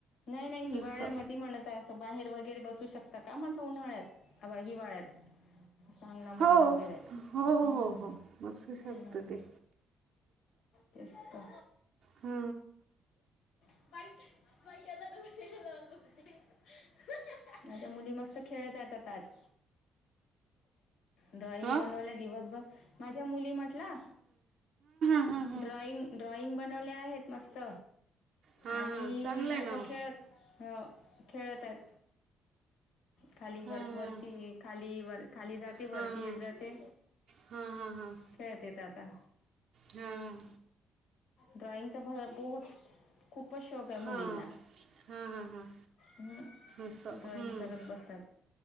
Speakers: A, on the left; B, on the right.
A: नाही नाही हिवाळ्यामध्ये
B: असं
A: म्हणत असं ते बाहेर वगैरे बसू शकता का म्हटलं उन्हाळ्यात, हिवाळ्यात सांगण्यामध्ये
B: हो
A: वैगरे,
B: हो
A: हम्म
B: हो हो बसू शकतं
A: हम्म हम्
B: ते
A: तेच तर
B: हा
A: <unintelligible> माझ्या मुली मस्त खेळत आहेत आता आज ड्रॉइंग
B: हां
A: बनवल्या दिवसभर, माझ्या मुली कुठला,
B: हां हां
A: ड्रॉइंग ड्रॉइंग बनवल्या आहेत मस्त
B: हां
A: आणि
B: हां चांगलं आहे
A: आता
B: ना हो.
A: खेळत अ खेळत आहेत. खाली
B: हां
A: वर वरती खाली वर खाली जात ते
B: हां
A: वरती येत जाते,
B: हां हां
A: खेळतेेत आता.
B: हां हां
A: ड्रॉइंगचा बहुत, खूपच शौक आहे मुलींना
B: हां हां हां हां हां हां
A: हूं,
B: असं
A: ड्रॉईंग
B: हं.
A: करत बसत्यात.